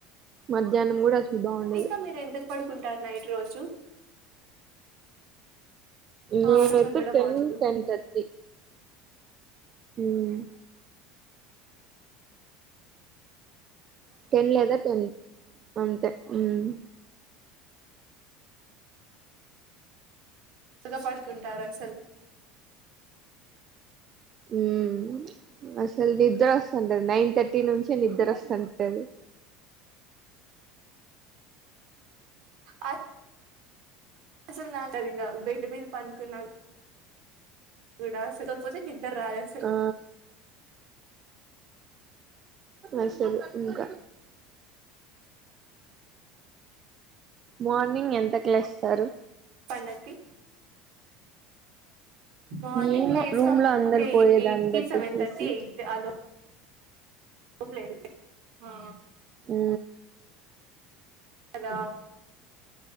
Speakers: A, on the right; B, on the right.
A: మధ్యాహ్నం కూడా అసలు బాగుండదు
B: ఇంకా మీరు ఎంత పడుకుంటారు నైట్ రోజు ఆ
A: నేన్
B: కొంచెం
A: అయితే
B: కూడా
A: టెన్
B: బాగుండదు
A: టెన్ థర్టీ హ్మ్ టెన్ లేదా టెన్ అంతే హ్మ్
B: ఇగ పడుకుంటార్ అసలు
A: హ్మ్ అసల్ నిద్రస్తుంటద్ నైన్ థర్ట్ టి నుంచి నిద్ర అస్తన్ ఎదు
B: అ అసలు రాదది ఇంగ బెడ్ మీద పనుకున్నా గూడా స్వల్పో <unintelligible> నిద్ర రాదాసలు
A: ఆ అసలు ఇంకా మార్నింగ్ ఎంత కు లేస్తారు
B: పండక్కి మార్నింగ్
A: ఏమో
B: లేస్తాం
A: రూమ్ లో అందరు
B: ఒక
A: పోయేదాన్ని
B: ఎయిట్ కి
A: బట్టి
B: సెవెన్
A: చూసి
B: థర్టీ ఎయిట్ ఆ లోపు హోప్ లేదు హా
A: ఉ
B: హలో